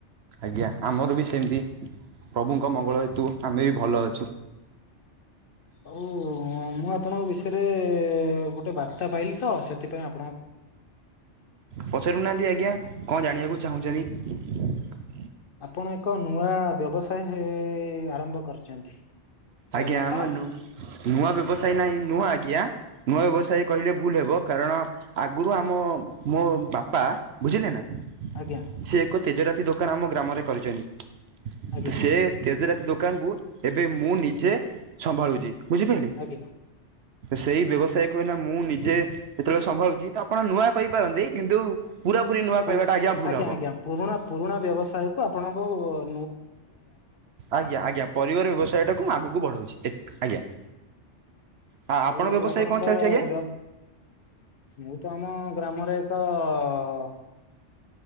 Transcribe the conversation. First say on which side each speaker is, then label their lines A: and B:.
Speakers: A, on the right; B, on the left.
A: ଆଜ୍ଞା ଆମର ବି ସେମିତି ପ୍ରଭୁଙ୍କ ମଙ୍ଗଳ ହେତୁ ଆମେ ବି ଭଲ ଅ <unintelligible>
B: ଆଉ ମୁଁ ଆପଣଙ୍କ ବିଷୟରେ ଗୋଟେ ବାର୍ତ୍ତା ପାଇଲି ତ ସେଥିପାଇଁ ଆପ୍
A: ପଚାରୁନାହାନ୍ତି ଆଜ୍ଞା କଣ ଜାଣିବାକୁ ଚାହୁଁଛନ୍ତି?
B: ଆପଣ ଏକ ନୂଆ ବ୍ୟବସାୟ ଆରମ୍ଭ କରିଛନ୍ତି। ଏହା
A: ଆଜ୍ଞା
B: ସତ
A: ଆମ ନୁ ନୂଆ ବ୍ୟବସାୟୀ ନାଇଁ ନୂଆ ଆଜ୍ଞା। ନୂଆ ବ୍ୟବସାୟୀ କହିଲେ ଭୁଲ ହେବ କାରଣ ଆଗରୁ ଆମ ମୋ ବାପା ବୁଝିଲେ ନା
B: ଆଜ୍ଞା
A: ସେ ଏକ ତେଜରାତି ଦୋକାନ ଆମ ଗ୍ରାମରେ କରିଛନ୍ତି।
B: ଆଜ୍ଞା
A: ତ ସେ ତେଜରାତି ଦୋକାନକୁ ଏବେ ମୁଁ ନିଜେ ସମ୍ଭାଳୁଛି। ବୁଝିପାଇଲେ
B: ଆଜ୍ଞା
A: ସେଇ ବ୍ୟବସାୟକୁ ଏଇନା ମୁଁ ନିଜେ ଯେତେବେଳେ ସମ୍ଭାଳୁଛି ତା ଆପଣ ନୂଆ କହିପାରନ୍ତି କିନ୍ତୁ, ପୁରାପୁରି ନୂଆ
B: କୋ
A: କହିବାଟା ଭୁଲ
B: ଆଜ୍ଞା
A: ହବ।
B: ଆଜ୍ଞା ପୁରୁଣା ପୁରୁଣା ବ୍ୟବସାୟ କୁ ଆପଣଙ୍କ ଓ ଅ
A: ଆଜ୍ଞା ଆଜ୍ଞା ପରିବାର ବ୍ୟବସାୟ ଟାକୁ ଆଗକୁ ବଢଉଛି। ଏ ଆଜ୍ଞା, ଆ ଆପଣ
B: ଆଉ
A: ବ୍ୟବସାୟ
B: ଆପଣଙ୍କ
A: କଣ ଚାଲିଛି ଆଜ୍ଞା?
B: ବ ମୁଁ ତ ଆମ ଗ୍ରାମ ଆମର ଏକ ଅ